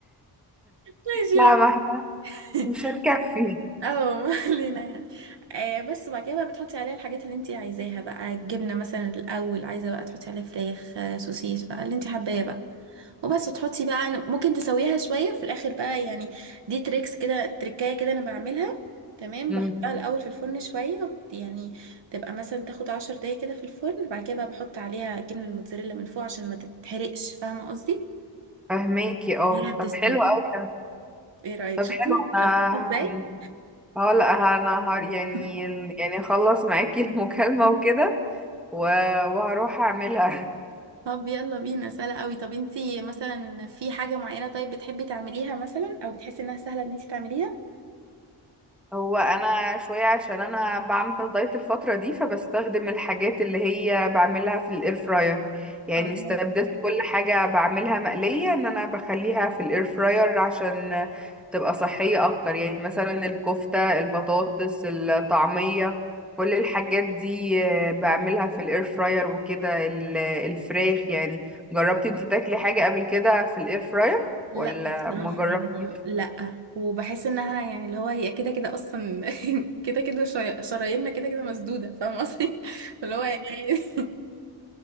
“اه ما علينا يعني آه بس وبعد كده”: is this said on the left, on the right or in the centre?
Right